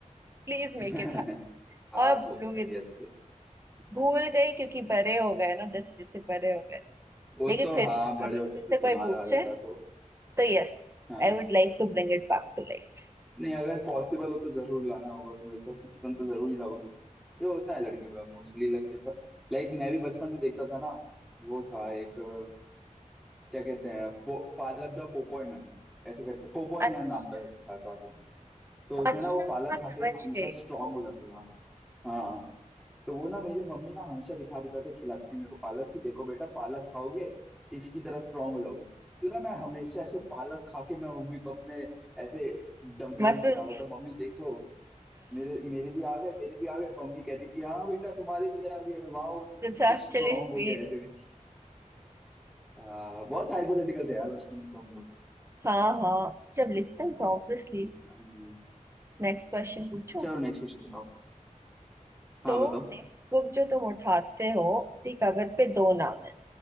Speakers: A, on the right (about 20°); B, in the centre.
A: please make
B: <laughs>
A: it happen
B: हाँ
A: और भूलूंगी
B: होता है यस यस
A: भूल गई क्योंकि बड़े हो गए ना जैसे जैसे बड़े हो गए
B: वो
A: लेकिन
B: तो
A: फिर
B: हाँ
A: भी
B: बड़े
A: अभी
B: होते
A: भी मुझसे
B: होते दिमाग
A: कोई पूछे
B: आ जाता है तो
A: तो yes
B: हाँ
A: I would like to bring it back to life
B: नहीं अगर पॉसिबल हो तो जरूर लाना होगा तुम्हें तो <laughs> तुम तो जरूर ही लाओगी ये होता है लड़कियों का मोस्टली लड़कियों का लाइक मैं भी बचपन में देखता था ना वो था एक अ, क्या कहते हैं पो, पालक द पोपोय मैन ऐसे करके पोपोय
A: अच्छा
B: मैन नाम का था तो उसमें
A: अच्छा
B: ना वो पालक
A: हाँ समझ
B: खा के ना हमेशा
A: गई
B: स्ट्रांग हो जाता था हाँ तो वो ना मेरी मम्मी ना हमेशा दिखा दिखा के खिलाती थी मेरे को पालक की देखो बेटा पालक खाओगे इसकी तरह स्ट्रांग हो जाओगे तो ना मैं हमेशा ऐसे पालक खा के मैं मम्मी को अपने ऐसे डंबल
A: मसल्स
B: दिखाता था मम्मी देखो मेरे मेरे भी आ गए मेरे भी आ गए मम्मी कहती थी हाँ बेटा तुम्हारे भी आ गए वाह तुम
A: It's
B: तो
A: actually
B: स्ट्रांग
A: sweet
B: हो गया ऐसे करके हाँ, बहुत हाइपोथेटिकल थे यार बचपन में तो हम लोग
A: हाँ हाँ जब लिखते हो तो ऑब्वियसली
B: हाँ जी
A: नेक्स्ट क्वेश्चन पूछो
B: चलो नेक्स्ट क्वेश्चन बताओ हाँ
A: तो
B: बताओ
A: नेक्स्ट बुक जो तुम उठाते हो उसकी कवर पे दो नाम है